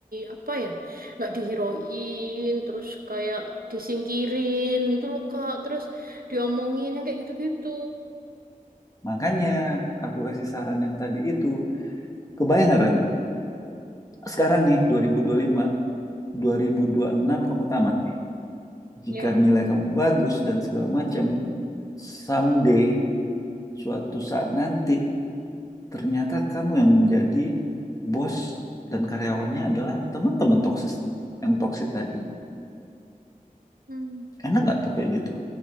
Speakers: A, on the right (about 90°); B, on the left (about 25°).
A: apa ya nggak dihiroin terus kayak disingkirin gitu loh Kak terus diomongin yang kayak gitu-gitu
B: Makanya aku kasih saran yang tadi itu. Kebayang nggak Reno? Sekarang nih dua ribu dua puluh lima, dua ribu ribu lima, 2025, enam kamu tamat nih. Jika
A: ya
B: nilai kamu bagus dan segala macam, someday, suatu saat nanti, ternyata kamu yang menjadi bos dan karyawannya adalah teman-teman toksis yang toksit tadi.
A: hmm.
B: Enak nggak tuh kayak gitu?